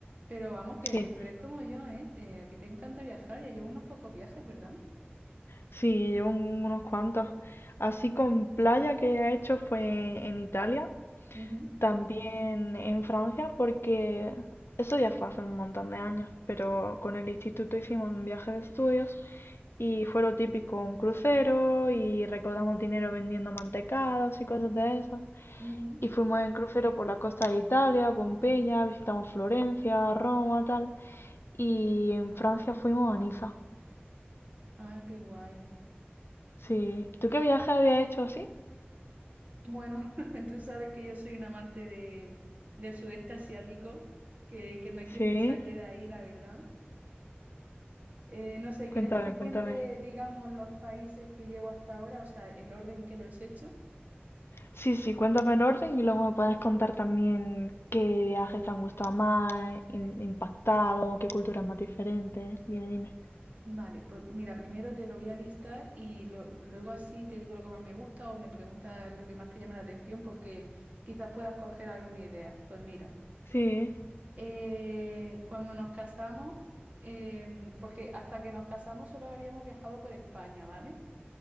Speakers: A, on the right (about 40°); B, on the left (about 70°).
A: Pero vamos, que
B: sí,
A: tú eres como yo, ¿eh? Eh, a ti te encanta viajar, ya llevo unos pocos viajes, ¿verdad?
B: sí, llevo un- unos cuantos. Así con playa que he hecho fue en Italia,
A: Ujú,
B: también en Francia, porque eso ya fue hace un montón de años, pero con el instituto hicimos un viaje de estudios Y fue lo típico, un crucero y recaudamos dinero vendiendo mantecadas y cosas de esas.
A: ujú.
B: Y fuimos en crucero por la costa de Italia, Pompeya, visitamos Florencia, Roma, tal. Y en Francia fuimos a Niza.
A: Ah, qué guay.
B: Sí. ¿Tú qué viaje habías hecho así?
A: Bueno, <laughs> tú sabes que yo soy un amante de, del sudeste asiático, que, que no hay quien
B: Sí.
A: me saque de ahí, la verdad. Eh, no sé,
B: Cuéntame,
A: ¿quieres que te
B: cuéntame.
A: cuente, digamos, los países que llevo hasta ahora? O sea, el orden que lo he hecho.
B: Sí, sí, cuéntame el orden y luego me puedes contar también qué viajes te han gustado más, in- impactado, qué cultura es más diferente. Dime, dime.
A: Vale, pues mira, primero te lo voy a listar y lo- luego así te digo lo que más me gusta o me preguntas lo que más te llama la atención porque quizás puedas coger alguna idea. Pues mira,
B: Sí.
A: eh, cuando nos casamos, em, porque hasta que nos casamos solo habíamos viajado por España, ¿vale?